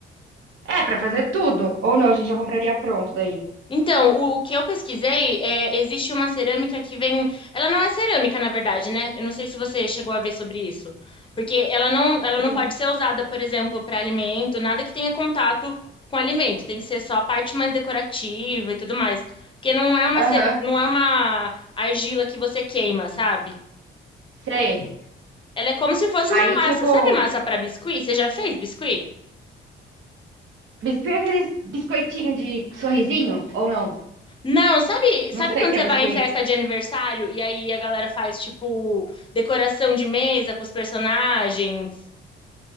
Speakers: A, on the right; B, on the left.
A: É, pra fazer tudo. Ou não, a gente já compraria pronto daí.
B: Então, o, o que eu pesquisei é, existe uma cerâmica que vem, ela não é cerâmica, na verdade, né? Eu não sei se você chegou a ver sobre isso, porque ela não, ela
A: O-
B: não pode ser usada, por exemplo, para alimento, nada que tenha contato com alimento, tem que ser só a parte mais decorativa e tudo mais, porque não é uma,
A: Aham,
B: ce- não é uma argila que você queima, sabe?
A: sei.
B: Ela é como se fosse
A: Aí,
B: uma massa.
A: tipo,
B: Sabe massa para biscuit? Você já fez biscuit?
A: biscuit é aqueles biscoitinho de sorrisinho? Ou não?
B: Não, sabe,
A: Não
B: sabe
A: sei
B: quando
A: o que
B: você
A: é biscuit.
B: vai em festa de aniversário e aí a galera faz tipo decoração de mesa com os personagens?